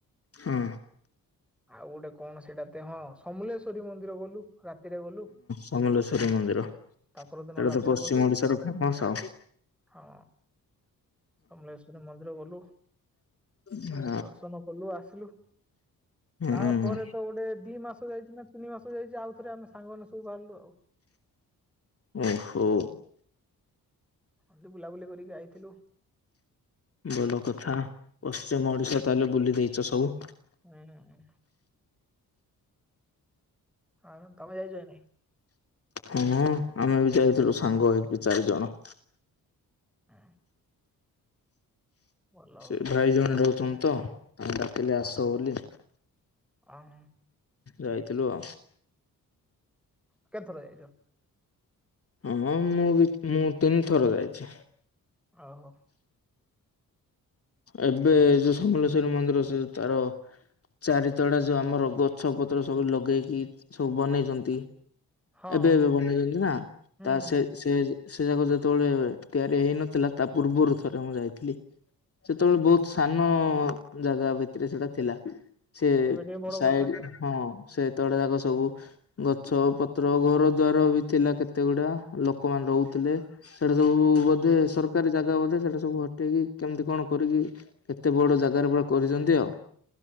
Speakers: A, on the left; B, in the centre.
A: ହଁ।
B: ଆଉ ଗୋଟେ କଣ ସେଇଟା ତେ ହଁ ସମଲେଶ୍ଵରୀ ମନ୍ଦିର ଗଲୁ ରାତିରେ ଗଲୁ।
A: ସମଲେଶ୍ୱରୀ ମନ୍ଦିର।
B: ତା ପରଦିନ
A: ସେଇଟା
B: ରାତିରେ
A: ତ ପଶ୍ଚିମ
B: ଗଲୁ
A: ଓଡିଶାର ଫେମସ ଆଉ
B: ହଁ। ସମଲେଶ୍ଵରୀ ମନ୍ଦିର ଗଲୁ
A: ହଁ
B: ଦର୍ଶନ କଲୁ ଆସିଲୁ। ତାପରେ
A: ହୁଁ
B: ତ ଗୋଟେ ଦି ମାସ ଯାଇଚି ନା ତିନି ମାସ ଯାଇଚି ଆଉଥରେ ଆମେ ସାଙ୍ଗମାନେ ସବୁ ବାହାରିଲୁ ଆଉ।
A: ଓହୋ।
B: ହେଟି ବୁଲାବୁଲି କରିକି ଆାଇଥିଲୁ।
A: ବଲ କଥା ପଶ୍ଚିମ ଓଡିଶା ତାହେଲେ ବୁଲି ଦେଇଚ ସବୁ।
B: ହୁଁ। ହଁ ତମେ ଯାଇଚ କି ନାଇଁ।
A: ହଁ ଆମେ ବି ଯାଇଥିଲୁ ସାଙ୍ଗ ହେଇକି ଚାରି ଜଣ।
B: ନାଇଁ? ଭଲ
A: ସେ
B: ଭଲ
A: ଭାଇ ଜଣେ ରହୁଚନ୍ତି ତ ଡାକିଲେ ଆସ ବୋଲି।
B: ହୁଁ।
A: ଯାଇଥିଲୁ ଆଉ।
B: କେତେଥର ଯାଇଚ।
A: ହଁ ମୁଁ ବି ମୁଁ ତିନିଥର ଯାଇଛି।
B: ଓ ହୋ।
A: ଏବେ ଯୋଉ ସମଲେଶ୍ଵରୀ ମନ୍ଦିର ସେ ତାର ଚାରିତଡ଼ା ଯୋଉ ଆମର ଗଛପତ୍ର ସବୁ ଲଗେଇକି ସବୁ ବନେଇଚନ୍ତି।
B: ହଁ
A: ଏବେ ଏବେ ବନେଇଚନ୍ତି ନା
B: ହୁଁ
A: ତା ସେ ସେ ସେ ଯାକ ଯେତେବେଳେ ତିଆରି ହେଇନଥିଲା ତା ପୂର୍ବରୁ ଥରେ ମୁଁ ଯାଇଥିଲି। ସେତେବେଳେ
B: ଓହୋ
A: ବହୁତ ସାନ ଜାଗା ଭିତରେ ସେଟା ଥିଲା। ସେ
B: ଏବେ ଟିକେ ବଡ
A: ସାଇଡ
B: କରୁଛନ୍ତି ଆଉ।
A: ହଁ ସେତଳେ ଯାକ ସବୁ ଗଛ ପତ୍ର ଘର ଦ୍ୱାର ବି ଥିଲା କେତେ ଗୁଡା ଲୋକମାନେ ରହୁଥିଲେ। ସେଇଟା ସବୁ ବୋଧେ ସରକାରୀ ଜାଗା ବୋଧେ ସେଟା ସବୁ ହଟେଇକି କେମିତି କଣ। କରିକି କେତେ ବଡ ଜାଗାରେ ପୁରା କରିଚନ୍ତି ଆଉ।